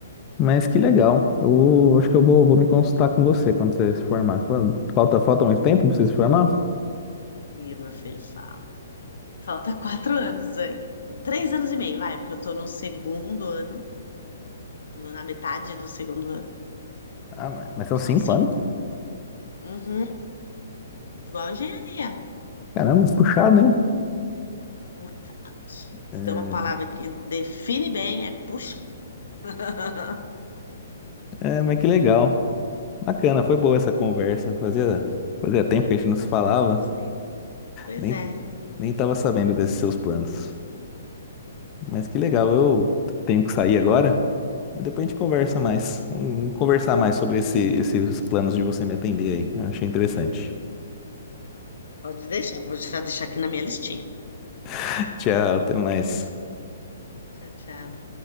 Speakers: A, on the left; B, on the left.
A: Mas que legal. Eu vou- acho que eu vou, vou me consultar com você quando você se formar. Quando- falta, falta muito tempo pra você se formar?
B: E o meu filho fala. Falta <laughs> quatro anos aí. Três anos e meio, vai, porque eu tô no segundo ano, no- na metade do segundo ano.
A: Ah, mas, mas são
B: São
A: cinco
B: cinco.
A: anos?
B: Uhum. Igual a engenharia.
A: Caramba, puxado, hein?
B: Puxado. Se
A: É,
B: tem uma palavra que define bem, é puxa. <laughs>
A: é, mas que legal. Bacana, foi boa essa conversa. Fazia, fazia tempo que a gente não se falava,
B: Gostei. Pois
A: nem,
B: é.
A: nem tava sabendo desses seus planos. Mas que legal, eu tenho que sair agora, mas depois a gente conversa mais. Vamos conversar mais sobre esse, esses planos de você me atender aí. Eu achei interessante.
B: Pode deixar, vou já deixar aqui na minha listinha.
A: <laughs> Tchau, até mais.
B: Tchau, tchau.